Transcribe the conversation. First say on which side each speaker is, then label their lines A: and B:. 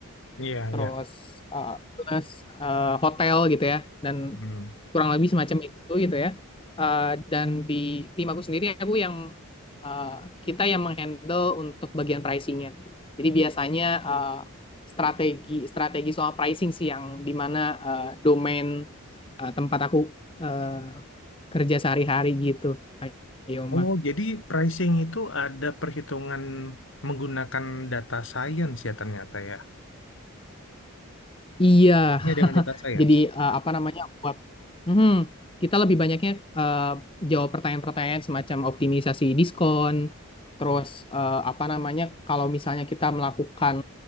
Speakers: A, on the left (about 55°); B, on the left (about 25°).
A: Iya
B: terus
A: iya.
B: eh, plus eh, hotel gitu ya dan
A: Hmm.
B: kurang lebih semacam itu gitu ya Eh, dan di tim aku sendiri aku yang eh, kita yang menghandle untuk bagian pricingnya jadi biasanya eh, strategi strategi soal pricing sih yang dimana eh, domain eh, tempat aku eh, kerja sehari-hari gitu Pak Yoma
A: Oh jadi pricing itu ada perhitungan menggunakan data science ya ternyata ya.
B: Iya,
A: Oh, ya, dengan
B: <laughs>
A: data science.
B: jadi eh, apa namanya buat Mhm. kita lebih banyaknya eh, jawab pertanyaan-pertanyaan semacam optimisasi diskon, terus eh, apa namanya kalau misalnya kita melakukan